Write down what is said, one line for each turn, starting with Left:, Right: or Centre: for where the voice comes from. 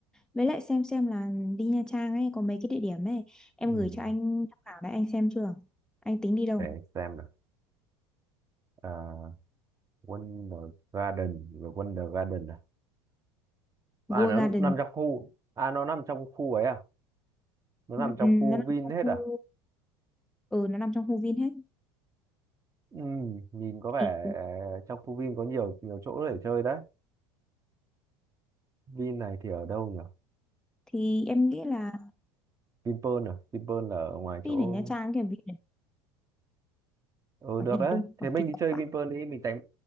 Centre: với lại xem xem là đi Nha Trang ấy có mấy cái địa điểm ấy em
Right: Ừ,
Centre: gửi cho anh tham khảo đấy anh xem chưa anh tính đi đâu
Right: để xem nào. À, Wonder Garden, rồi Wonder Garden à?
Centre: World
Right: À, nó
Centre: Garden
Right: nằm trong khu, à nó nằm trong khu ấy à? Nó
Centre: ừ,
Right: nằm trong
Centre: ừ, nó
Right: khu
Centre: nằm
Right: Vin
Centre: trong
Right: hết
Centre: khu
Right: à?
Centre: ừ, nó nằm trong khu Vin hết
Right: Ừ, nhìn có vẻ
Centre: thì,
Right: ờ, trong khu Vin có nhiều nhiều chỗ để chơi đấy. Vin này thì ở đâu nhỉ?
Centre: thì em nghĩ là
Right: Vinpearl à? Vinpearl là ở ngoài
Centre: đi
Right: chỗ
Centre: đến Nha Trang kiểu vì
Right: ừ
Centre: hỏi
Right: được
Centre: Vin
Right: đấy
Centre: là đông
Right: thế
Centre: hỏi
Right: mình
Centre: kinh
Right: đi
Centre: khủng
Right: chơi
Centre: vãi
Right: Vinpearl đi mình tính